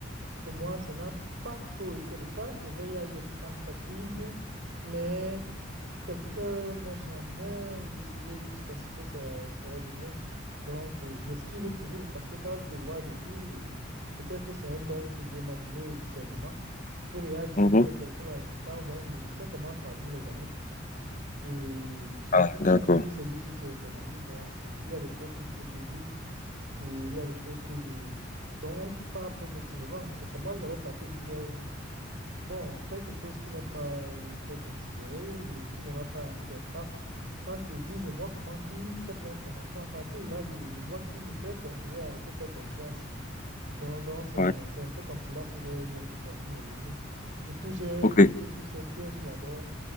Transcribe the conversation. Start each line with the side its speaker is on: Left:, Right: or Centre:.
Right: pour moi, ça n'a pas trop été le cas. C'est vrai, il y a eu des tentatives, mais quelqu'un n'a jamais essayé jusqu'à ce que ça, ça va devenir. Donc, euh, j'esquive toujours parce que quand je te vois venir, peut-être c'est un don que Dieu m'a donné, le discernement. Je peux déjà discerner
Left: Mhm.
Right: les personnes à distance, donc je sais comment choisir mes amis. Et du
Left: Ah,
Right: coup, quand
Left: d'accord.
Right: je dis celui-ci, c'est mon ami, donc euh, il y a des choses que je peux te dire et il y a des choses que je... dont pas progressivement. Je commence d'abord par te dire, euh, bon, quelque chose qui n'est pas euh, très considéré, et qui n'aura pas assez d'impact. Quand je te dis, je vois comment tu traites l'information, à partir de là, je vois si je peux continuer à te faire confiance. Donc, donc c'est,
Left: Ouais.
Right: c'est un peu comme cela que j'ai euh, choisi mes amis. Du coup, j'ai
Left: OK.
Right: évité tous ces pièges-là, donc.